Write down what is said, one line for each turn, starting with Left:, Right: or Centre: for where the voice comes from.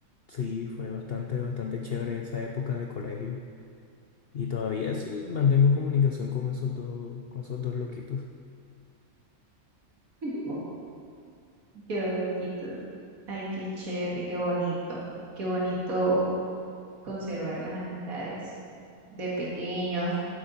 Left: Sí, fue bastante, bastante chévere esa época de colegio. Y todavía sí mantengo comunicación con esos dos, con esos dos loquitos.
Right: <laughs> Quedó loquito. Ay, qué chévere, qué bonito. Qué bonito conservar las amistades de pequeños.